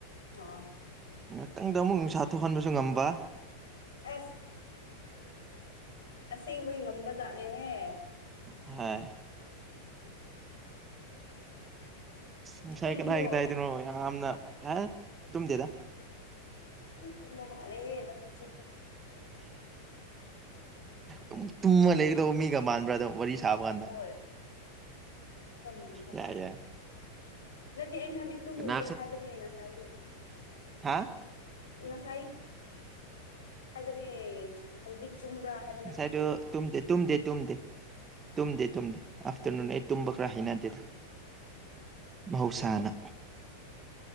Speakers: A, on the left; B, on the right.
A: ꯑꯣ
B: ꯉꯇꯪꯗ ꯑꯃꯨꯛ ꯅꯨꯡꯁꯥ ꯊꯣꯛꯍꯟꯕꯁꯨ ꯉꯝꯕ
A: ꯑꯁ ꯑꯁꯦꯡꯕꯒꯤ ꯉꯝꯕꯖꯥꯠꯅꯦꯍꯦ
B: ꯍꯣꯏ ꯉꯁꯥꯏ
A: ꯇꯨꯝꯕ꯭ꯔꯣ
B: ꯀꯗꯥꯏ ꯀꯗꯥꯏꯗꯅꯣ ꯌꯥꯝꯅ ꯇꯨꯝꯗꯦꯗ
A: ꯑꯦ ꯇꯨꯝꯕ ꯃꯥꯂꯦ ꯅꯁꯛꯇꯣ
B: ꯗꯨꯝ ꯇꯨꯝꯃ ꯂꯩꯒꯗꯧꯕ ꯃꯤꯒ ꯃꯥꯟꯕ꯭ꯔꯥ ꯑꯗꯨꯝ ꯋꯥꯔꯤ ꯁꯥꯕ ꯀꯥꯟꯗ
A: ꯍꯣꯏ ꯈꯔ ꯃꯥꯟꯕ
B: ꯌꯥꯏ ꯌꯥꯏ
A: ꯅꯠꯇꯦ ꯑꯩꯅ ꯍꯥꯏꯕꯗꯤ ꯇꯨꯝꯃꯨꯕ꯭ꯔꯥ
B: ꯀꯅꯥ
A: ꯍꯥꯏꯕꯅꯦ ꯉꯁꯥꯏꯗꯣ
B: ꯍꯥꯥ
A: ꯉꯁꯥꯏ ꯍꯥꯏꯕꯅꯦ ꯍꯧꯖꯤꯛ ꯇꯨꯝꯕ꯭ꯔꯥ ꯍꯥꯏꯕ ꯅꯠꯇꯦ
B: ꯉꯁꯥꯏꯗꯣ ꯇꯨꯝꯗꯦ ꯇꯨꯝꯗꯦ ꯇꯨꯝꯗꯦ ꯇꯨꯝꯗꯦ ꯇꯨꯝꯗꯦ
A: ꯑꯣ
B: ꯑꯐꯇꯔꯅꯨꯟ ꯑꯩ ꯇꯨꯝꯕ ꯈꯥꯔ ꯍꯩꯅꯗꯦꯗ ꯃꯍꯧꯁꯥꯅ